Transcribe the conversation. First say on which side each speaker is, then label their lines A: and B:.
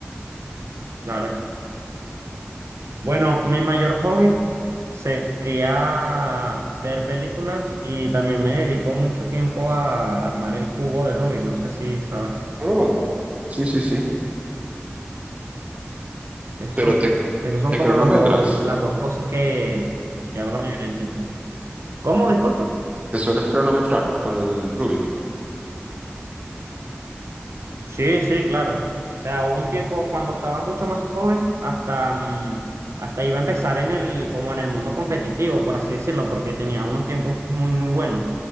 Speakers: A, on the right; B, on the right.
A: Claro, Bueno, mi mayor hobby sería ver películas y también me dedico mucho tiempo a armar el cubo de Rubik. No sé si sabes.
B: Oh, sí, sí, sí.
A: Esos
B: Pero
A: son,
B: te,
A: esos son
B: te
A: como
B: cronometras,
A: los dos, las dos cosas que, que hago la mayoría del tiempo. ¿Cómo? Disculpa.
B: te sueles cronometrar con el Rubik.
A: Sí, sí, claro. O sea, hubo un tiempo cuando estaba mucho más joven, hasta, mm, hasta iba a empezar en el, como en el mundo competitivo, por así decirlo, porque tenía unos tiempos muy, muy buenos.